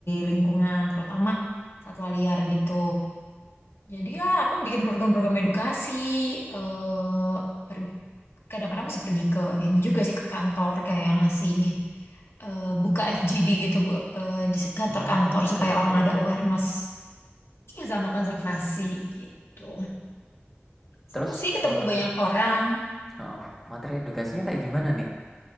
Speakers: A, on the left (about 75°); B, in the centre.
A: lingkungan, terutama satwa liar gitu. Jadi ya aku bikin program-program edukasi, eh pergi- kadang-kadang mesti pergi ke ini juga sih ke kantor kayak ngasih eh, buka FGD gitu Bu, eh, di se- kantor-kantor
B: Hmm, oke
A: supaya
B: oke
A: orang ada
B: oke.
A: awareness ya sama konservasi gitu.
B: Terus
A: Seru sih ketemu
B: eh
A: banyak orang.
B: heeh, materi edukasinya kayak gimana nih?